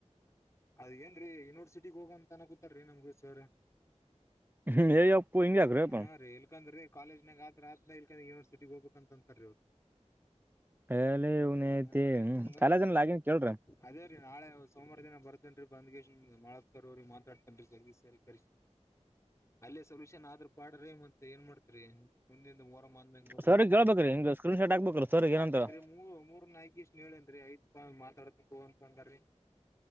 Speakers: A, on the left; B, on the right.
A: ಅದ್ ಏನ ರಿ ಯೂನಿವರ್ಸಿಟಿಗ್ ಹೋಗ ಅಂತನ ಗೊತ್ತಾರೀ ನಮ್ಗ ಸರ್
B: ಹ್ಮ್ ಅವಪ್ಪು ಇಗೆಕಪ
A: ಹಾ ರೀ ಇಲ್ಕಂದ್ರಿ ಕಾಲೇಜ್ನಾಗ ಆದ್ರ ಆದ್ನ ಇಲ್ಕ ಯೂನಿವರ್ಸಿಟಿಗೆ ಹೋಗಬೇಕಕ್ ಅಂತರೀ ಅವ್ರು
B: ಪಾಲ ಹನ <unintelligible>
A: ಹಾ ಹಿಂಗ
B: ಎಲ್ಲ ಜನ ಆಗನ್ ಕೇಳ್ರಿ
A: ಅದೇ ರೀ ನಾಳೆ ಸೋಮವಾರ ದನ ಬರ್ತನ್ ಬಂದ್ ಮಾರ್ ಅವ ಮಾತಾಡ್ತನ್ ಜಂಗ ಸರಿ ಕರ್ಸಿ ಅಲ್ಲೇ ಸೊಲ್ಯೂಷನ್ ಆದ್ರ ಪಾಡ್ರಿ ಮತ್ ಏನ್ ಮಾಡ್ತರಿ ಮುಂದ <unintelligible> ನಡ
B: ಸರ್ ಕೇಳ್ಬೇಕ್ರಿ ಹಿಂಗ ಸ್ಕ್ರೀನ್ ಶಾಟ್ ಹಾಕ್ಬೇಕ್ರಿ ಸರ್
A: ಹಾಕೇನ್ರಿ
B: ಏನಂತಾರ
A: ಮೂ ಮೂರನ ಹಾಕಿ ಇಷ್ಟ ಏಳ ಅಂದ್ರ ಐದು ಮಾತಾಡತಿ ಅಂದರಿ